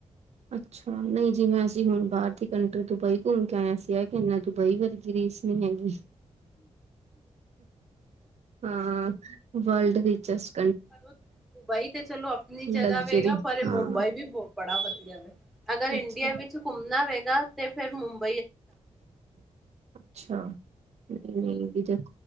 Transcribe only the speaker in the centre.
ਦੁਬਈ ਤੇ ਚਲੋ ਅਪਨੀ ਜਗਾ
ਵੇ ਗਾ, ਪਰ ਮੁੰਬਈ
ਵੀ ਬੌ ਬੜਾ ਵਧੀਆ ਵੇ, ਅਗਰ ਇੰਡੀਆ
ਵਿੱਚ ਘੁੰਮਣਾ ਵੇਗਾ ਤੇ ਫੇਰ ਮੁੰਬ
ਹੂੰ,